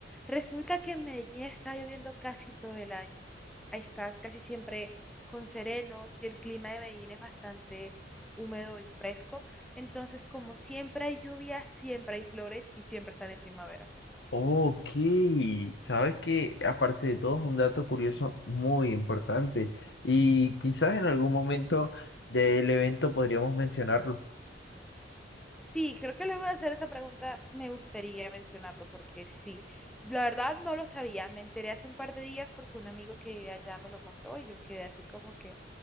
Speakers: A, in the centre; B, on the left.
A: Resulta que en Medellín está lloviendo casi todo el año. Ahí estás casi siempre con serenos y el clima de Medellín es bastante húmedo y fresco. Entonces, como siempre hay lluvia, siempre hay flores y siempre están en primavera.
B: Ok. Sabes que aparte de todo es un dato curioso muy importante. Y quizás en algún momento del evento podríamos mencionarlo.
A: Sí, creo que luego de hacer esa pregunta me gustaría mencionarlo porque sí, la verdad no lo sabía, me enteré hace un par de días porque un amigo que vive allá me lo contó y yo quedé así como que,